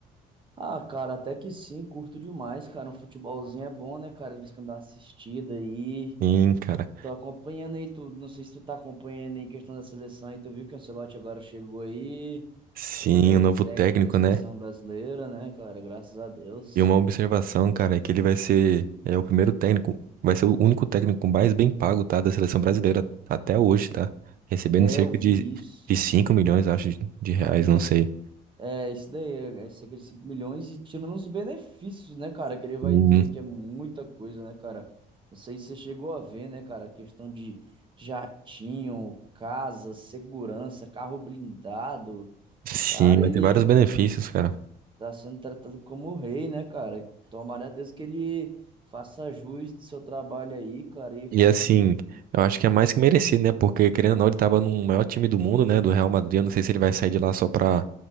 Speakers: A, on the right; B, on the right.
A: Ah, cara, até que sim, curto demais, cara. Um futebolzinho é bom, né, cara? De vez em quando dá uma assistida aí.
B: Sim, cara.
A: Tô acompanhando aí, tu, não sei se tu tá acompanhando aí em questão da seleção aí, tu viu que o Ancelotti agora chegou aí.
B: Sim,
A: Agora é
B: o
A: o
B: novo
A: técnico
B: técnico,
A: da seleção
B: né?
A: brasileira, né, cara? Graças a Deus.
B: E uma observação, cara, é que ele vai ser é o primeiro técnico, vai ser o único técnico mais bem pago, tá? Da seleção brasileira até hoje, tá? Recebendo
A: É,
B: cerca
A: eu vi
B: de,
A: isso.
B: de 5 milhões, acho, de, de reais,
A: E
B: não
A: os.
B: sei.
A: É, isso daí, é cerca de 5 milhões e tirando os benefícios, né, cara, que ele vai
B: Hum,
A: ter, que é muita coisa, né, cara? Não sei se você chegou a ver, né, cara, a questão de jatinho, casa, segurança, carro blindado.
B: sim,
A: Cara,
B: vai
A: ele
B: ter vários benefícios, cara.
A: tá sendo tratado como o rei, né, cara? Tomara a Deus que ele faça jus do seu trabalho aí, cara, e faça
B: E assim,
A: um.
B: eu acho que é mais que merecido, né? Porque, querendo ou não, ele tava no maior time do mundo, né? Do Real Madrid. Eu não sei se ele vai sair de lá só pra.